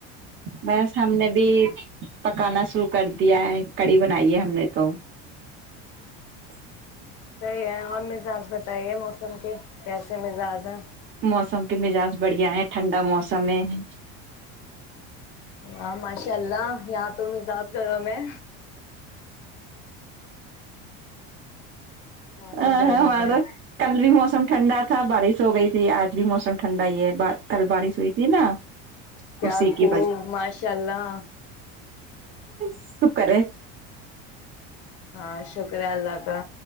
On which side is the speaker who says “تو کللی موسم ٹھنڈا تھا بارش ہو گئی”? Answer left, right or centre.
Right